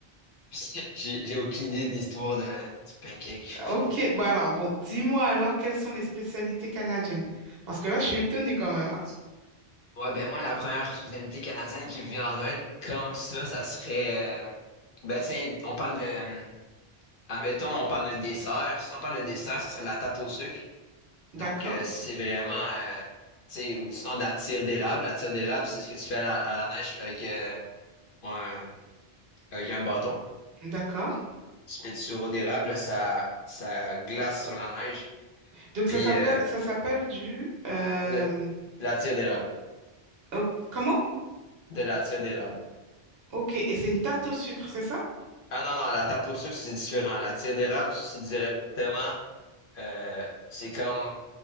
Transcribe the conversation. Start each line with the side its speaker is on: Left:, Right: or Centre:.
Left: <laughs> j'ai j'ai aucune idée de l'histoire de, du pancake. du
Right: ok.
Left: coup.
Right: Bah alors, bon, dis-moi alors, quelles sont les spécialités canadiennes? Parce que là, je suis étonnée quand même. hein.
Left: Ouais, ben moi, la première spécialité canadienne qui me vient en tête comme ça, ça serait... euh, ben tu sais, on parle de... euh, Admettons, on parle de dessert. Si on parle de dessert, ça serait la tarte au sucre.
Right: D'accord,
Left: Donc, euh, c'est vraiment, euh, tu sais, ou sinon de la tire d'érable. La tire d'érable, c'est ce que tu fais à la, à la neige avec, euh, un, avec un bâton.
Right: d'accord.
Left: Tu mets du sirop d'érable, ça, ça glace sur la neige.
Right: Donc, ça
Left: Puis,
Right: s'appelle,
Left: euh,
Right: ça s'appelle du... euh,
Left: le- la tire d'érable.
Right: oh, comment?
Left: De la tire d'érable.
Right: Ok, et c'est une tarte au sucre, c'est ça?
Left: Ah non, non, la tarte au sucre, ça, c'est différent. La tire d'érable, ça, c'est directement, euh, c'est comme,